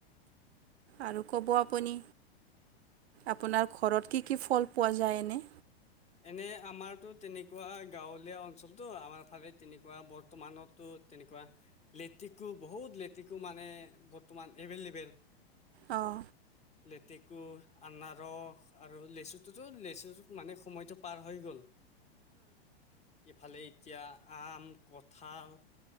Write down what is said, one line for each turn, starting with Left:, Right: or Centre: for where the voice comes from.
Right: আৰু ক'ব আপুনি আপোনাৰ ঘৰত কি কি ফল পোৱা যায়, এনে?
Left: এনে আমাৰতো তেনেকুৱা গাঁৱলীয়া অঞ্চলতটো আমাৰ ফালে তেনেকুৱা বৰ্তমানতো তেনেকুৱা লেতেকো বহুত লেতেকো মানে বৰ্তমান এভেইলেবল।
Right: আহঁ।
Left: লেতেকো আনাৰস আৰু লেচুটোতো লেচু মানে সময়তটো পাৰ হৈ গ'ল। ইফালে এতিয়া আম, কঁঠাল